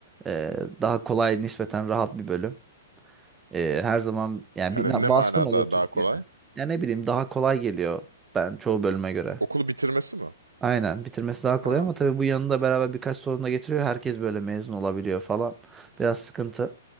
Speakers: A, on the right; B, on the right.
A: Ee, daha kolay nispeten rahat bir bölüm. Ee, her zaman yani
B: Hani
A: bir na-
B: ne manada
A: vasfın olur Türkiye'de.
B: daha kolay?
A: Ya ne bileyim daha kolay geliyor ben çoğu bölüme göre.
B: Okulu bitirmesi mi?
A: Aynen bitirmesi daha kolay
B: Ha,
A: ama tabii bu yanında beraber birkaç sorun da getiriyor. Herkes böyle mezun olabiliyor falan. Biraz sıkıntı.